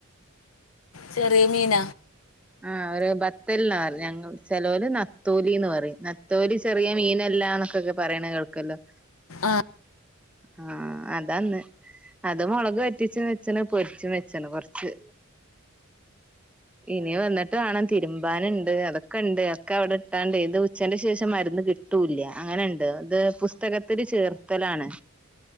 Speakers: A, on the left; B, in the centre.
A: ചെറിയ മീന
B: ആഹ് ഒരോ ബത്തൽ ന്നാ പറ ഞങ്ങള് ചെലോൽ നത്തോലീന്ന് പറീം നത്തോലി ചെറിയ മീനല്ലാന്നൊക്കെ പറയണ കേൾക്കല്ലോ
A: ആഹ്
B: ആഹ് അതാന്ന് അത് മുളക് വറ്റിച്ച് വെച്ചണ് പൊരിച്ച് വെച്ചണ് കൊറച്ച് ഇനി വന്നിട്ട് വാണം തിരുമ്പാന്ണ്ട് അതൊക്കെ ഉണ്ട് ഒക്കെ അവിടെ ഇട്ടാണ്ട് ഇത് ഉച്ചന്റെ ശേഷം മരുന്ന് കിട്ട കിട്ടൂല്ല അങ്ങനെയുണ്ട് ഇത് പുസ്തകത്തിൽ ചേർത്തലാണ്